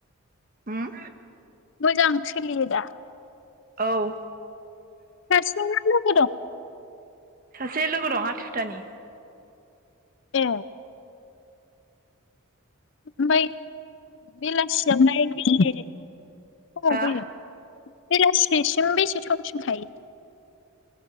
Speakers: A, on the right (about 40°); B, on the left (about 55°).
A: होम?
B: मोजां सोलियो दा?
A: औ।
B: हारसिं ना लोगो दं?
A: सासे लोगो दं हाथुथानि।
B: ए। ओमफ्राय बेलासियाव नायनो
A: हा
B: <unintelligible> <unintelligible> बेलासि सिम बेसे समसिम थायो?